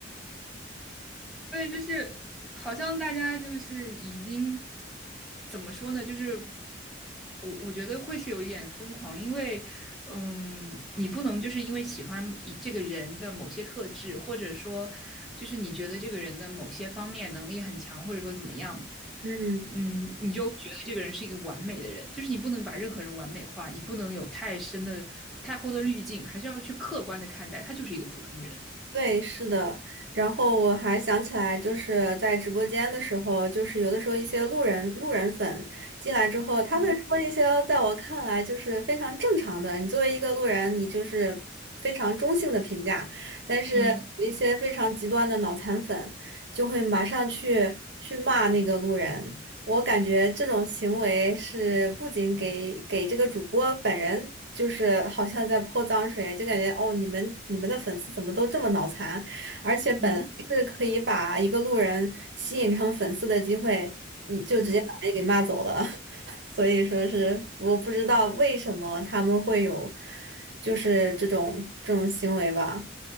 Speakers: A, in the centre; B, on the right.
A: 对，就是好像大家就是已经怎么说呢？就是我我觉得会是有一点疯狂，因为嗯，你不能就是因为喜欢一这个人的某些特质，或者说就是你觉得这个人的某些方面能力很强，或者说怎么样，
B: 嗯
A: 嗯，你就觉得这个人是一个完美的人，就是你不能把任何人完美化，你不能有太深的、太厚的滤镜，还是要去客观的看待，他就是一个普通人。
B: 对，是的。然后我还想起来，就是在直播间的时候，就是有的时候一些路人路人粉进来之后，他会说一些在我看来就是非常正常的，
A: 嗯
B: 你作为一个路人，你就是非常中性的评价。但是有一些非常极端的脑残粉，
A: 嗯
B: 就会马上去去骂那个路人，我感觉这种行为是不仅给给这个主播本人，就是好像在泼脏水，就感觉哦，你们你们的粉丝怎么都这么脑残？而且本来是可以把一个路人吸引成粉丝的机会，
A: 嗯
B: 你就直接把人给骂走了。
A: 嗯。
B: <laughs> 所以说是我不知道为什么他们会有就是这种这种行为吧。